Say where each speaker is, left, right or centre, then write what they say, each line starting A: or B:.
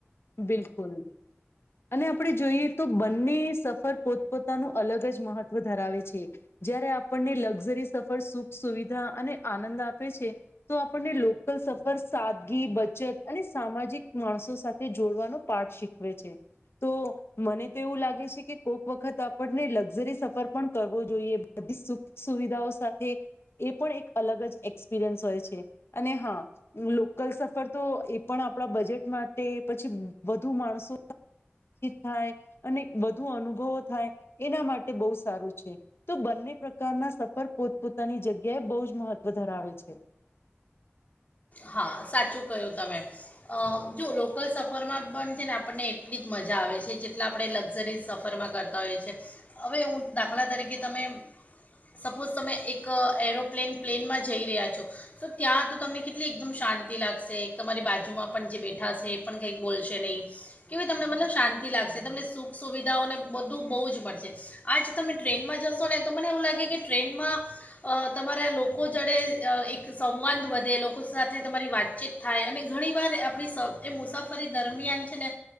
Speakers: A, on the left; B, on the left.
A: બિલકુલ અને આપણે જોઈએ તો બંને સફર પોતપોતાનું અલગ જ મહત્વ ધરાવે છે જયારે આપણને લક્ઝરી સફર સુખ સુવિધા અને આનંદ આપે છે તો આપણને લોકલ સફર સાદગી બચત અને સામાજિક માણસો સાથે પાઠ શીખવે છે તો મને તો એવું લાગે છે કે કોઈક વખત આપણને લક્ઝરી સફર પણ કરવો જોઈએ બધી સુવિધાઓ સાથે એ પણ એક અલગ જ એક્સપિરિયન્સ હોય છે અને હા લોકલ સફર તો એ પણ આપણા બજેટ માટે પછી વધુ માણસો થાય અને વધુ અનુભવો થાય એના માટે બહુ સારું છે તો બંને પ્રકારના સફર પોતપોતાની જગ્યાએ બહુ જ મહત્વ ધરાવે છે
B: હા સાચું ક્યું તમે જો લોકલ સફરમાં પણ છે ને આપણને એટલી જ મજા આવે છે જેટલા આપણે લક્ઝરીઝ સફરમાં કરતા હોય છે હવે હું દાખલા તરીકે તમે સપોઝ તમે એક એરોપ્લેન પ્લેનમાં જઈ રહ્યા છો તો ત્યાં તો તમને એટલી એકદમ શાંતિ લાગશે એક તમારી બાજુમાં પણ જે બેઠા હશે એ પણ કંઈક બોલશે નહીં કેવી તમને મતલબ શાંતિ લાગશે તમને સુખ સુવિધાઓને બધું બહુ જ મળશે આજ તમે ટ્રેનમાં જશો ને તો મને એવું લાગે કે ટ્રેનમાં અ તમારા લોકો જણે એક સંવાદ વધે લોકો સાથે તમારી વાતચીત થાય અને ઘણીવાર આપણી સ એ મુસાફરી દરમિયાન છે ને